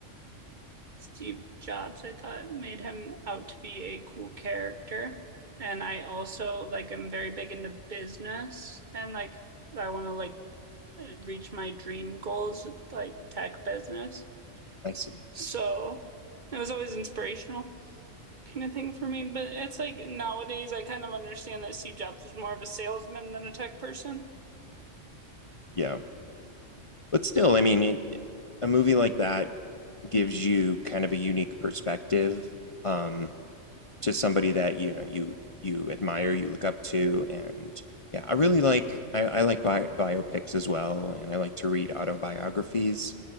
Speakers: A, on the right; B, on the left.
A: Steve Jobs, I thought made him out to be a cool character. And I also like am very big into business and like I want to like reach my dream goals with like tech business.
B: I see.
A: So
B: <laughs>
A: it was always inspirational kind of thing for me. But it's like nowadays I kind of understand that Steve Jobs was more of a salesman than a tech person.
B: Yeah. But still, I mean, it, a movie like that gives you kind of a unique perspective um, to somebody that you know you you admire, you look up to, and yeah, I really like I, I like bi- biopics as well, and I like to read autobiographies.